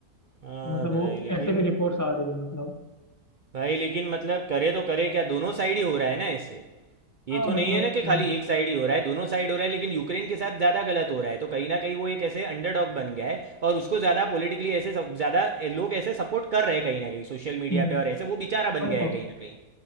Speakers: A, on the right (about 80°); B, on the left (about 20°).
A: हाँ
B: तो मतलब
A: भाई
B: वो
A: लेकिन
B: ऐसे भी रिपोर्ट्स आ रही है मतलब
A: भाई लेकिन मतलब करे तो करे क्या दोनों साइड ही हो रहा है ना ऐसे ये
B: हाँ
A: तो
B: मतलब
A: नहीं है ना कि
B: हम्म,
A: खाली एक साइड ही हो रहा है दोनों साइड हो रहा है लेकिन यूक्रेन के साथ ज़्यादा गलत हो रहा है तो कहीं ना कहीं वो एक ऐसे अंडरडॉग बन गया है और उसको ज़्यादा पॉलिटिकली ऐसे सब- ज़्यादा लोग ऐसे सपोर्ट कर रहे हैं कहीं ना कहीं सोशल मीडिया
B: हम्म,
A: पे और ऐसे वो बेचारा बन
B: वही
A: गया
B: तो
A: है कहीं ना कहीं